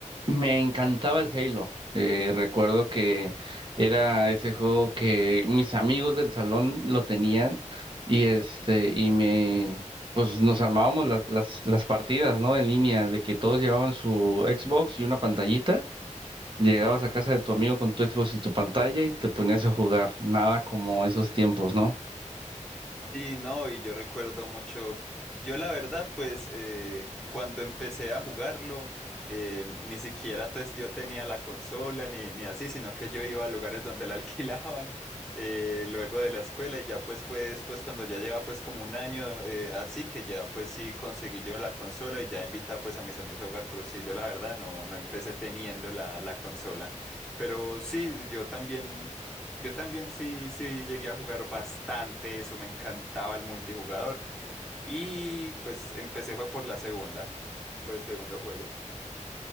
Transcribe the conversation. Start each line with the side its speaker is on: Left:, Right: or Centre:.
Right: me encantaba el Halo. Eh, recuerdo que era ese juego que mis amigos del salón lo tenían y este, y me, pues nos armábamos las, las, las partidas, ¿no? En línea, de que todos llevaban su Xbox y una pantallita. Llegabas a casa de tu amigo con tu Xbox y tu pantalla y te ponías a jugar. Nada como esos tiempos, ¿no?
Centre: Sí, no, y yo recuerdo mucho, yo la verdad, pues eh, cuando empecé a jugarlo, eh, ni siquiera pues, yo tenía la consola ni, ni así, sino que yo iba a lugares donde la <laughs> alquilaban eh, luego de la escuela y ya pues fue después cuando ya lleva pues como un año eh, así que ya pues sí conseguí yo la consola y ya invitaba pues a mis amigos a jugar, pero sí, yo la verdad no, no empecé teniendo la, la consola, pero sí, yo también... Yo también sí, sí llegué a jugar bastante eso, me encantaba el multijugador y pues empecé fue por la segunda, por el segundo juego.